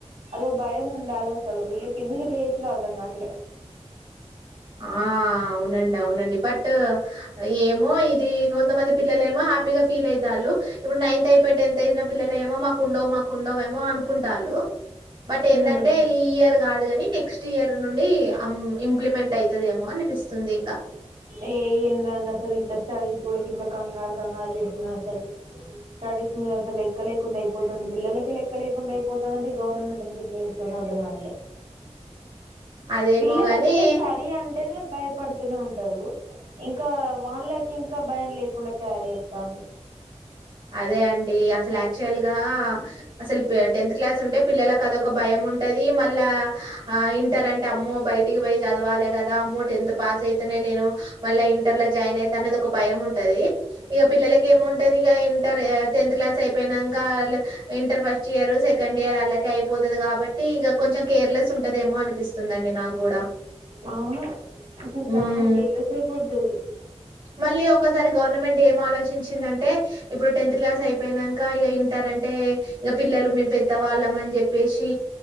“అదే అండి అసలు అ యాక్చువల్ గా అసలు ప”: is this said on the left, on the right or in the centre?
Right